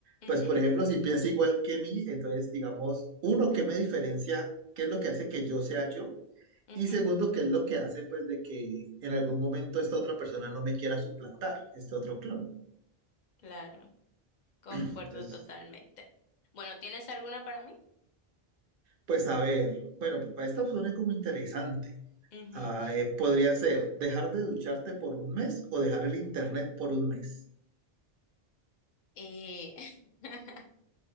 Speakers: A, on the right; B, on the left.
A: Pues
B: Ujú,
A: por ejemplo, si piensa igual que mí, entonces digamos, uno, ¿qué me diferencia? ¿Qué es lo que hace que yo sea yo?
B: ujú,
A: Y segundo, que es lo que hace, pues, de que en algún momento esta otra persona no me quiera suplantar, este otro clon.
B: claro, concuerdo
A: Entonces,
B: totalmente. Bueno, ¿tienes alguna para mí?
A: pues, a ver, bueno, pues, esta opción es como interesante.
B: Ujú.
A: Ah, eh, podría ser dejar de ducharte por un mes o dejar el internet por un mes.
B: Eh, <laughs>